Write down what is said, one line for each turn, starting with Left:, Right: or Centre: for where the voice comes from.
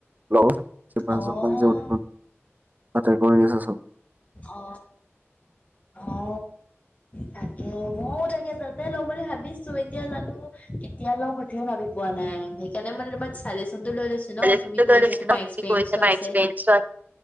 Right: লগতিপাঞ্চত
Left: অ',
Right: যে উদ তাতে কৰি আছে চব।
Left: অ অ। তাকে মও তাকে তাতে লম বুলি ভাবিছো এতিয়া জানো কেতিয়া লওঁ। এয়া ভাবি পোৱা নাই সেইকাৰণে মই তোমাৰাজেচনটো লৈ লৈছো ন
Right: ৰিলেচনটো
Left: তুমি কৰিছা
Right: লৈ লৈছো
Left: তোমাৰ
Right: ন,
Left: এক্সপিৰিয়েঞ্চটো
Right: তুমি কৰিছা বা
Left: আছে।
Right: এক্সপিৰিয়েঞ্চো